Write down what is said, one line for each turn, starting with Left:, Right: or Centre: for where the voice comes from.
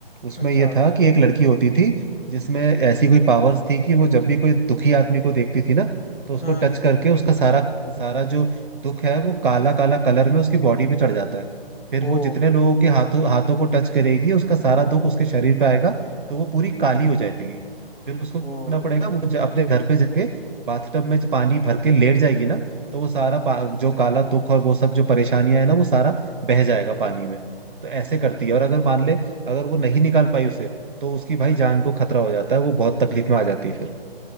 Right: उसमें
Left: अच्छा
Right: ये था कि एक लड़की होती थी जिसमें ऐसी कोई पावर्स थी कि वो जब भी कोई दुखी आदमी को देखती थी ना तो उसको
Left: हाँ
Right: टच करके उसका सारा सारा जो दुख है वो काला काला कलर में उसकी बॉडी पे चढ़ जाता है फिर
Left: ओ
Right: वो जितने लोगों के हाथों हाथों को टच करेगी उसका सारा दुख उसके शरीर पे आएगा तो वो पूरी काली हो जाएगी फिर उसको
Left: ओ
Right: करना पड़ेगा वो ज- अपने घर पे जाके बाथटब में जो पानी भर के लेट जाएगी ना तो वो सारा पा- जो काला दुख और वो सब जो परेशानियां है ना वो सारा बह जाएगा पानी में तो ऐसे करती है और अगर मान ले अगर वो नहीं निकाल पाई उसे तो उसकी भाई जान को खतरा हो जाता है वो बहुत तकलीफ में आ जाती है फिर